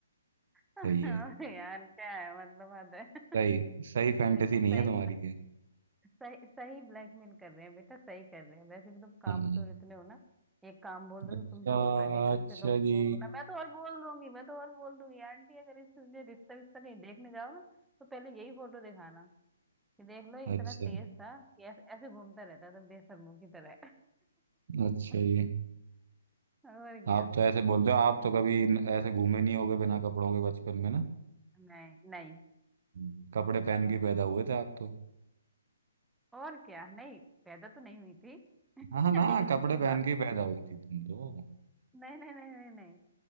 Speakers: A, in the centre; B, on the right.
A: <laughs>
B: सही
A: अरे
B: है
A: यार क्या है मतलब हद है <laughs>
B: सही सही फैंटेसी
A: सही है
B: नहीं
A: सही
B: है तुम्हारी ये
A: सही सही ब्लैकमेल कर रहे हैं बेटा सही कर रहे हैं वैसे भी तुम कामचोर
B: हाँ
A: इतने हो ना एक काम बोल दो
B: अच्छा
A: तो तुमसे होता नहीं है कम
B: अच्छा
A: से कम
B: जी
A: वो ना मैं तो और बोल दूंगी मैं तो और बोल दूंगी आंटी अगर इसलिए रिश्ता विश्ता कहीं देखने जाओ ना तो पहले यही फोटो दिखाना कि देख लो ये
B: अच्छा
A: इतना तेज था कि ऐसे ऐसे घूमता रहता था बेशर्मों की तरह
B: अच्छा
A: <laughs>
B: जी
A: और क्या
B: आप तो ऐसे बोल रहे हो आप तो कभी न- ऐसे घूमे नहीं होगे बिना कपड़ों के बचपन में ना
A: नहीं नहीं
B: हम्म। कपड़े पहन के ही पैदा हुए थे आप तो
A: और क्या नहीं पैदा तो नहीं हुई थी <laughs>
B: हाँ हाँ, ना
A: लेकिन
B: कपड़े
A: उसके
B: पहन
A: बाद
B: के ही
A: तो
B: पैदा हुई थी तुम तो
A: मैंने नहीं नहीं नहीं नहीं नहीं